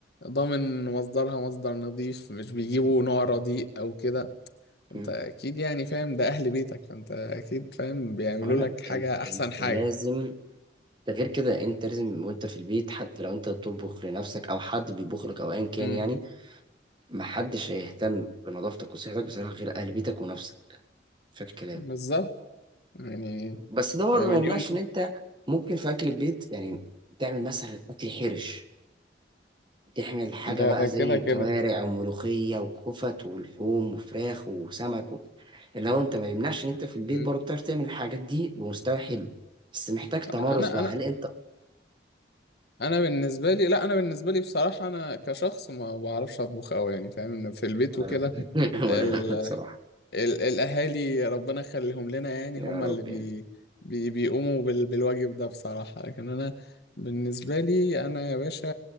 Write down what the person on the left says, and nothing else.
ضامن مصدرها مصدر نظيف مش بيجيبوا نوع رديء او كده انت
اكيد يعني فاهم ده اهل بيتك فانت اكيد فاهم بيعملوا
لك حاجة
احسن
حاجة
امم
بالظبط يعني
ده مليون
ده
ده
كده
كده
مم.
لا انا
انا
انا بالنسبه لي لا انا بالنسبه لي بصراحه انا كشخص ما بعرفش اطبخ قوي يعني فاهم إن في البيت
وكده
ال...
ال... الاهالي ربنا يخليهم لنا يعني
هم
اللي بي...
بي... بيقوموا بال... بالواجب ده بصراحه لكن انا بالنسبه لي انا يا باشا